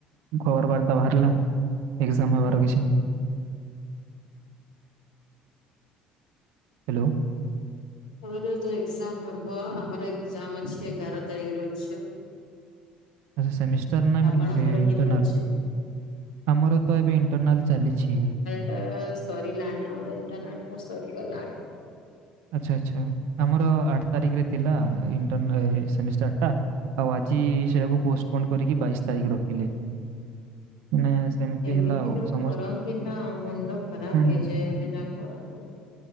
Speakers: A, on the right (about 65°); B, on the left (about 85°).
A: ଖବର ବାର୍ତ୍ତା ବାହାରିଲା ଏକ୍ଜାମ୍ ହେବାର କିଛି? ହ୍ୟାଲୋ।
B: ଏବେ ତ ଏତେ ଏକ୍ଜାମ୍ ହେବ। ଆମର ଏକ୍ଜାମ୍ ଅଛି ଏଗାର ତାରିଖରେ ଅଛି।
A: ଆଚ୍ଛା ସେମିଷ୍ଟାର ନା
B: ଆପଣଙ୍କର
A: ଇନ୍ ଏ ଇଣ୍ଟରନାଲ୍?
B: କେବେ ଅଛି?
A: ଆମର ତ ଏବେ ଇଣ୍ଟରନାଲ ଚାଲିଛି।
B: ଏ ସରିଲାଣି ଆଉ ଏବେ ଇଣ୍ଟରନାଲ୍ ତ ସରିଗଲାଣି।
A: ଆଚ୍ଛା ଆଚ୍ଛା ଆମର ଆଠ୍ ତାରିଖରେ ଥିଲା ଇଣ୍ଟରନା ଏ ସେମିଷ୍ଟାର ଟା। ଆଉ ଆଜି ସେଇଟାକୁ ପୋଷ୍ଟପୋଣ୍ଡ କରିକି ବାଇଶ୍ ତାରିଖ ରଖିଲେ। ମାନେ ସେମିତି
B: ଏମିତି
A: ହେଲା ଆଉ
B: ଯୋଉ
A: ସମସ୍ତ
B: କରନ୍ତି ନା ମୁଣ୍ଡ ଖରାପ
A: ହୁଁ, ହୁଁ।
B: ହେଇଯାଏ ଏମିତି ଯାହା କରନ୍ତି।